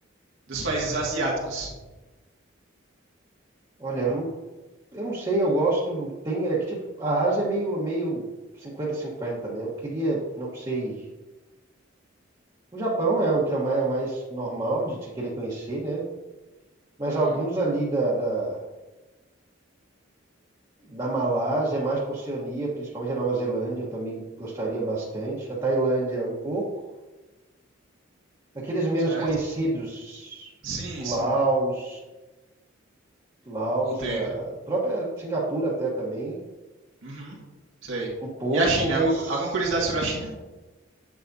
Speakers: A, on the right; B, on the right.
A: dos países asiáticos?
B: Olha, eu não, eu não sei, eu gosto, tem, é que tipo, a Ásia é meio, é meio cinquenta cinquenta né? Eu queria, não sei, o Japão é o que é mais, é o mais normal de te querer conhecer, né? Mas
A: Uhum,
B: alguns ali da, da Da Malásia, mais por Oceania, principalmente a Nova Zelândia, eu também gostaria bastante. A Tailândia, um pouco. Aqueles menos
A: certo?
B: conhecidos,
A: Sim,
B: tipo Laos,
A: sim,
B: Laos
A: entendo.
B: e a própria Singapura até também,
A: Uhum, sei.
B: um pouco,
A: E a China?
B: mas
A: Alguma, alguma curiosidade sobre a China